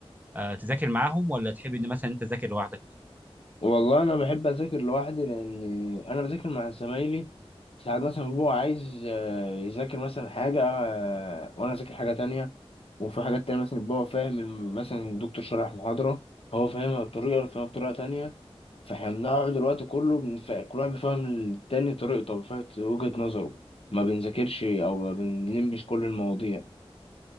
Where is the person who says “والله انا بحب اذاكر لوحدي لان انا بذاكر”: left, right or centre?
Left